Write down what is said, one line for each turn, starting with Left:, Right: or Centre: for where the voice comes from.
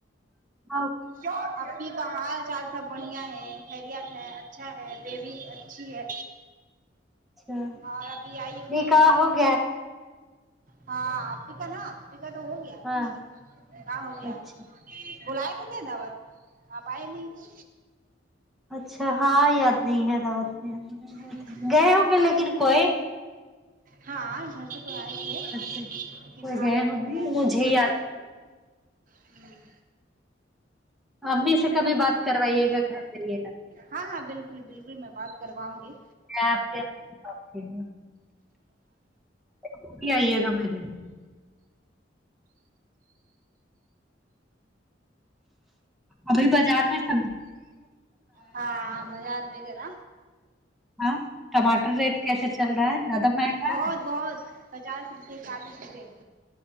Centre: ہاؤ
Right: چار اپپئ کا حال چال سب بڑھیا ہے خیریت ہے اچھا ہے بیبی اچھی ہے
Centre: اچھا
Right: اور ابھی آئی ہوئی
Centre: نکاح
Right: ہے
Centre: ہو گیا
Right: ہاں آپی کا نہ آپ کا تو ہو گیا
Centre: ہاں
Right: نہ نیکا نیکا ہو گیا
Centre: اچھا
Right: بلاائے تو تھے دعوت میں آپ آئے نہیں تو
Centre: اچھا ہاں یاد نہیں ہے دعوت میں نہیں یاد
Right: ہوں
Centre: ہے گئے ہونگے لیکن کوۓ
Right: ہاں گھر سے کوئی آئے تھے
Centre: سے
Right: لیکن
Centre: کوئی گئے
Right: آپ کو
Centre: ہوں
Right: تو بلاۓ
Centre: گے
Right: تھے
Centre: مجھے
Right: لیکن آپ
Centre: یاد
Right: آئے
Centre: کر
Right: ھممم
Centre: امی سے کبھی بات کروائیے گا گھر جئیے گا تو
Right: ہاں ہاں بالکل بالکل میں بات کرواؤں گی
Centre: میں آپ کی امی سے بات کروں گی وہ بھی آئیے گا میرے ابھی بازار میں سب
Right: ہاں بازار میں گۓ نہ
Centre: ہاں ٹماٹر ری کیسے چل رہا ہے زیادہ مہنگا
Right: بہت
Centre: ہے
Right: بہت پچاس روپے چالیس روپے